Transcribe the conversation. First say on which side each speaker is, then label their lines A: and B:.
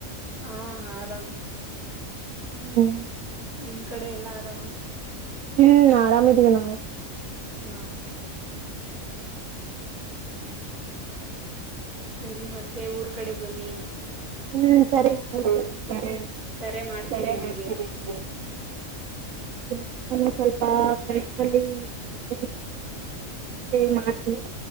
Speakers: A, on the right; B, on the right.
A: ಹಾ ಆರಾಮ.
B: ಹ್ಮ್.
A: ನಿಮ್ ಕಡೆ ಎಲ್ಲಾ ಆರಾಮ.
B: ಹ್ಮ್ ಆರಾಮ್ದೀವಿ ನಾವು.
A: ಹಾ. ಸರಿ ಮತ್ತೆ ಊರ್ ಕಡೆ ಬನ್ನಿ.
B: ಹ್ಮ್ ಸರಿ ಕರೆ
A: ಕರೆ
B: ಕರೆ
A: ಹಂಗೆ
B: ಮಾಡ್ತೀರಿ ನಿಮಗೆ. ಹ್ಮ ಸರಿ ಸರಿ ಮಾಡ್ತೀನಿ ನಾನು ಸ್ವಲ್ಪ ಕೆಲ್ಸಿನಲ್ಲಿದೇನಿ ಮತ್ತೆ ಮಾಡ್ತೀನಿ.